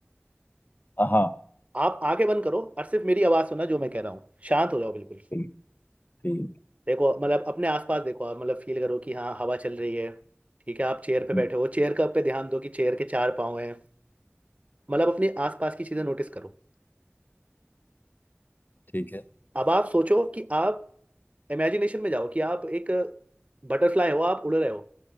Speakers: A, on the left; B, on the right.
A: हाँ
B: आप आंखें बंद करो और सिर्फ मेरी आवाज़ सुनना जो मैं कह रहा हूँ शांत हो जाओ बिल्कुल
A: ठीक ठीक
B: देखो मतलब अपने आसपास देखो आप मतलब फील करो कि हाँ हवा चल रही है ठीक है आप चेयर पे
A: हम्म,
B: बैठे हो चेयर का पे ध्यान दो कि चेयर के चार पाँव हैं मतलब अपने आसपास की चीज़ें नोटिस करो
A: ठीक है
B: अब आप सोचो कि आप इमेजिनेशन में जाओ कि आप एक बटरफ्लाई हो आप उड़ रहे हो